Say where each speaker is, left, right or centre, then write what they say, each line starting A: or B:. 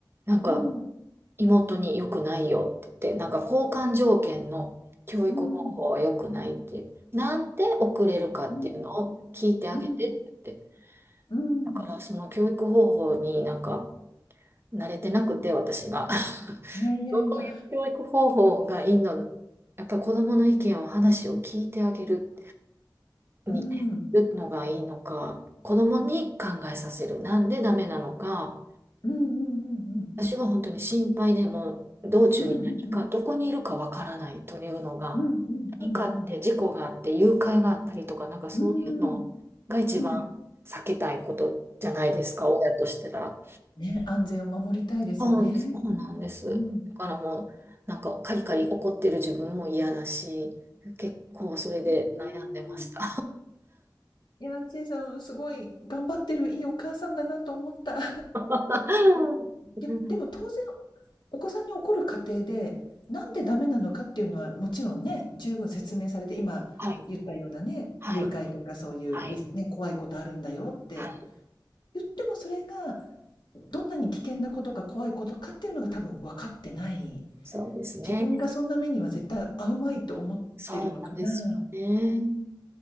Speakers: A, on the right (about 30°); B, on the left (about 80°).
A: なんか、
B: うん
A: 妹に良くないよって、なんか交換条件の教育方法は良くないって、
B: うん
A: なんで遅れるかっていうのを聞いてあげてって。
B: うんうんうん
A: だから、その教育方法になんか、慣れてなくて、私が。<laughs>
B: いやいやいや
A: そういう教育方法がいいの、やっぱり子供の意見を話を聞いてあげる。に
B: うんうん
A: るのがいいのか、子供に考えさせる。なんでダメなのか、
B: うんうん
A: 私は本当に心配でもう道中に何か、
B: うんうんうん
A: どこにいるかわからないというのが、
B: うんうんうんう
A: 何かあって事故があって誘拐があったりとか、なんかそういうのが一番
B: んうんうんうん
A: 避けたいことじゃないですか、親としてら。
B: ね、安全を守りたいですよね。
A: そうそうなんです。
B: うん。
A: だからもう、なんかカリカリ怒ってる自分も嫌だし、結構それで悩んでました。
B: うーん。いや、ちえさん、すごい頑張ってるいいお母さんだなと思った。<laughs>
A: <laughs>
B: いや、
A: うん
B: でも当然お子さんに怒る過程で、なんでダメなのかっていうのはもちろんね、十分説明されて、今言ったようなね、
A: はい、はい、
B: 誘拐とかそういうリスね、
A: はい、
B: 怖いことあるんだよって
A: はい、
B: 言ってもそれが、どんなに危険なことか怖いことかっていうのが多分分かってない。
A: そうですね。
B: 自分がそんな目には絶対遭うまいと思ってるのかな。
A: そうなんですよね。